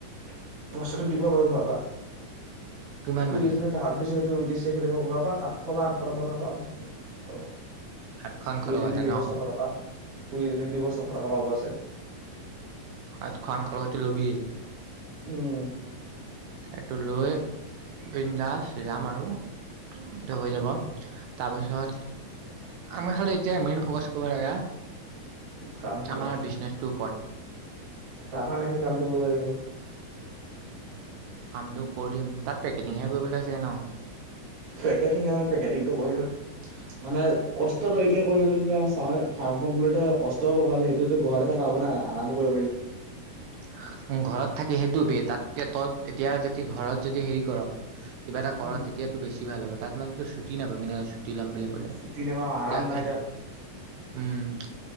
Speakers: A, on the right; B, on the right.
A: পইচাটো দিব পাৰো ঘৰৰ পৰা।
B: কিমান
A: খুৰী
B: মান
A: এজনি ধাৰত বিছা সেই টো ওনতিশ তাৰিখে ঘৰৰ পৰা সাতশ বা আঠশ টকা পাম আৰু
B: সাতখন
A: খুৰি
B: খলকতে
A: এজনীয়ে দিব
B: ন
A: ছশ টকা, খুৰিএজনীৰ দিব ছশ টকা পাব আছে।
B: সাতশ আঠশ টকা লবি
A: উম।
B: সেইটো লৈ বৃন্দাচ যাম আৰু টো হৈ
A: উম
B: যাব তাৰপিছত আমাৰ খালি এতিয়া মেইন ফকাচ কৰিব লাগে
A: ফাৰ্মখনত
B: আমাৰ বিজনেচৰ ওপৰত
A: তাৰ কাৰণে আমি কামটো কৰিব লাগিব।
B: কামটো কৰিম তাত পেকেটিংহে কৰিব লাগিছে ন।
A: পেকেটিং আ পেকেটিংটো কৰিলোহেঁতেন মানে কষ্ট এতিয়া কৰিললো যেতিয়া ছাগলী ফাৰ্ম খন খোলোতে কষ্ট হব খালী সেইটো যে ঘৰতে খাব আৰামো কৰিব পাৰিম
B: <inaudible> ঘৰত থাকে সেইটো বে তাতকে তত এতিয়া যদি ঘৰত যদি হেৰি কৰ কিবা এটা কৰ
A: উম।
B: তেতিয়াতো বেছি ভাল হ'ব তাত মানতো ছুটি নাপাবি ছু তি লম বুলি ক'লে
A: ছুটি নাপাম আৰাম
B: এতিয়া
A: নাই তাত।
B: উম